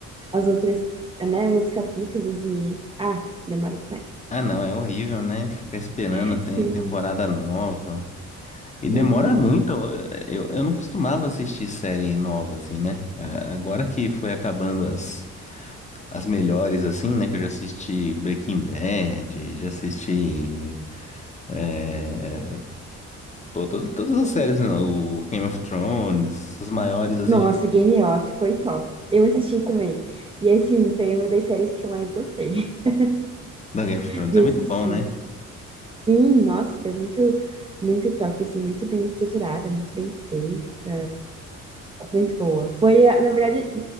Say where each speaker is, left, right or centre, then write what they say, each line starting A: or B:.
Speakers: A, on the right; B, on the left.
A: as outras, né, os capítulos e, ah, demora demais.
B: Ah, não, é horrível, né? Ficar esperando
A: <laughs>
B: a tem-
A: Sim.
B: temporada nova. E demora
A: Hum.
B: muito. Eu, eu não costumava assistir série nova assim, né? Ah, Agora que foi acabando as as melhores, assim, né? Que eu já assisti Breaking Bad, já assisti. É, pô, todo- todas as séries, né, o Game of Thrones, as maiores, assim.
A: Nossa,
B: já-
A: Game Off foi top. Eu assisti também. E assim, foi uma das séries que eu mais gostei <laughs>
B: Não, Game of Thrones
A: de
B: é muito
A: assistir.
B: bom, né?
A: Sim, nossa, foi muito, muito top, assim, muito bem estruturada, muito bem feita, muito boa. Foi, a- na verdade,